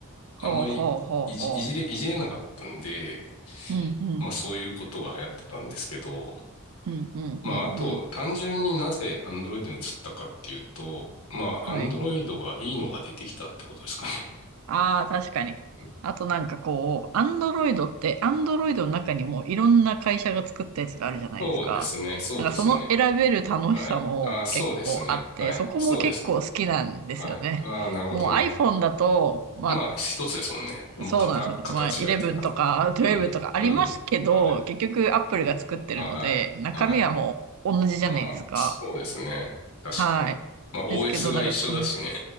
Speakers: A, on the right (about 75°); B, on the left (about 80°).
A: はあはあはあはあ。
B: あんまりいじ、いじれ、いじれなかったんで、
A: うんうん。
B: まあそういうことが流行ってたんですけど、
A: うんうんうんうん。
B: まああと単純になぜ Android に移ったかっていうと、まあ
A: はい。
B: Android がいいのが出てきたってことですかね。
A: ああ、確かに。
B: うん。
A: あとなんかこう、アンドロイドって、アンドロイドの中にもいろんな会社が作ったやつがあるじゃないですか。
B: そうですね、そうですね。
A: なんかその選べる楽しさも結構あって、
B: はい。あ、そうですね。はい。
A: そこも結構好きなんですよね。
B: そうですね。はい。ああ、なるほどね。
A: もう iPhone だと、まあ
B: まあ一つですもんね。もう型、
A: そうなんですよ。
B: 型違いというかね。
A: まあ、11とか12とかありますけど、
B: うん。うん。はい。
A: 結局 Apple が作ってるので、
B: はい。
A: 中身はもう同じじゃないですか。
B: はい。まあ、そうですね。確かに。
A: はい。
B: まあ、OS
A: ですけど、
B: が一緒だしね。
A: なんかこう、